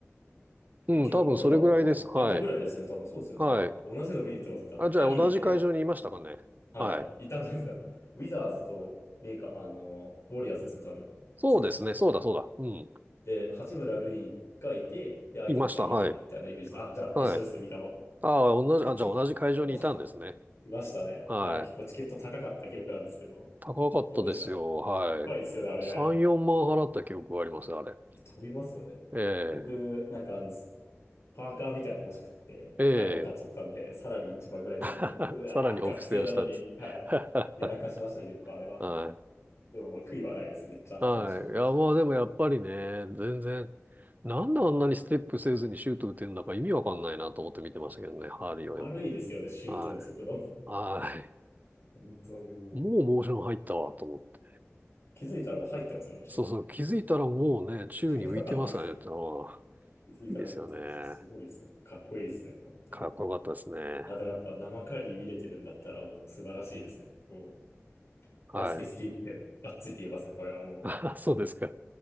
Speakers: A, on the right; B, on the left.
A: うん、
B: え、結構コロナの、
A: 多分それぐらいです。
B: ま、
A: はい。
B: 後ぐらいですよね。多分そうですよね。
A: はい。
B: あ、同じの見に行ってますね。多分。
A: あ、
B: カリーと、
A: じゃあ同じ会場にいましたかね。
B: はい。
A: はい。
B: いたんじゃないですか。ウィザーズとレイカー、あの、ウォリアーズですね、多分。
A: そうですね。
B: その時って。
A: そうだ、そうだ。うん。
B: で、八村塁がいて、で、相手にカリーがいたみたいなイメージで、
A: いました。はい。
B: あ、じゃあ一緒ですね、
A: はい。
B: 見たの。
A: ああ、同じ、
B: あれ結構
A: あ、じゃあ同じ会場にいたんですね。
B: <laughs> いましたね。
A: はい。
B: あれ結構チケット高かった記憶なんですけど、
A: 高かったですよ。
B: どうでした
A: はい。
B: 高いですよね、あれ。
A: 3、4万払った記憶があります、あれ。
B: いや飛びますよね。
A: え
B: 僕、なんかあの、スパーカーみたいなの欲しくて、
A: え、
B: 高い方買っちゃったんで、
A: ええ、
B: さらに一番ぐらい飛んで、
A: <laughs>
B: うわー、
A: さらにお布施をしたんです。
B: 学生なのに、はい。
A: <laughs>
B: やらかしましたね、結構あれは。
A: はい。
B: でももう悔いはないです。めっちゃ楽しかったです。
A: はい。いや、まあでもやっぱりね、全然、なんであんなにステップせずにシュート打てるんだか意味わかんないなと思って見てましたけどね、ハーリーはよく。
B: 悪いですよね、シュートの速度も。
A: はい。はい。
B: <laughs> 本当にもう。
A: もうモーション入ったわと思って。
B: 気づいたらもう入ってますよね、シュートもなんか。
A: そうそう、気づいたらもうね、宙に浮いてますからね、
B: <laughs>
A: ああ
B: 気づいたら打ってる。
A: いいですよね。
B: すすごいですね。かっこいいですね、本当に。
A: かっこよかったですね。
B: あ、でもやっぱ生カリー見れてるんだったらもう素晴らしいですね。もう、
A: はい。
B: バスケ好きってがっつり言えますね。これはも
A: <laughs> そうですか。